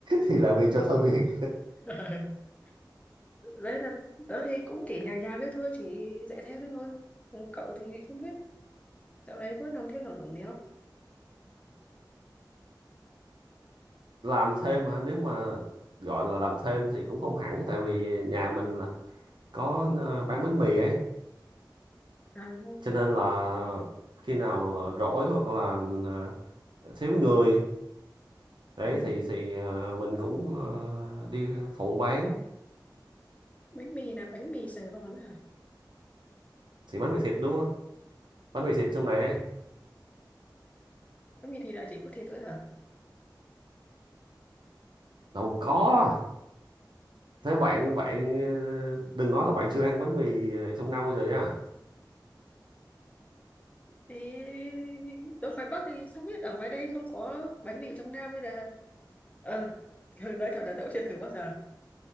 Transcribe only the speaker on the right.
thì là vì cho thôi việc
làm thêm hả nếu mà gọi là làm thêm thì cũng không hẳn tại vì nhà mình là có ờ, bán bánh mì ấy
cho nên là khi nào ờ, rỗi hoặc là ờ, thiếu người đấy
thì thì ờ, mình cũng ờ, đi phụ bán
thì bánh mì thịt đúng không bánh mì thịt trong này ấy,
đâu có thế bạn bạn ờ, đừng nói là bạn chưa ăn bánh mì ờ, trong năm bao giờ nha